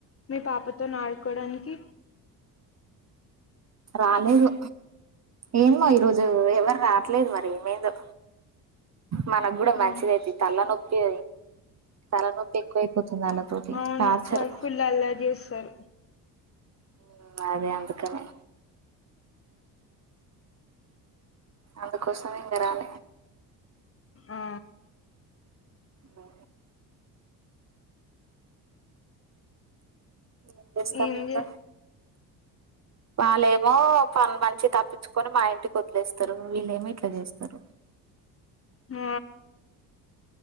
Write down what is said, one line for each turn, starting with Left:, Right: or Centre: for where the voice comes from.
Left: మీ పాప తోన ఆడుకోవడానికి
Right: రాలేదు ఏమో ఈరోజు ఎవ్వరు రాట్లేదు మరి ఏమైందో మనక్కూడా మంచిదేతీ
Left: ఆ
Right: తల్లనొప్పి తలనొప్ పి ఎక్కువైపోతుంది వాళ్ళతోటి
Left: అవును
Right: టార్చర్
Left: వాళ్ళు ఫుల్ అల్లరి జేస్సార్
Right: ఉమ్, అదే అందుకనే అందుకోసమే ఇంగ రాలే
Left: ఆ
Right: అహా ఏం చేస్తాం
Left: ఏంది
Right: ఇంకా వాళ్ళేమో పని మంచిగ తప్పించుకొని మా ఇంటికి వదిలేస్తారు వీళ్ళేమో ఇట్లా జేస్తరు
Left: ఆ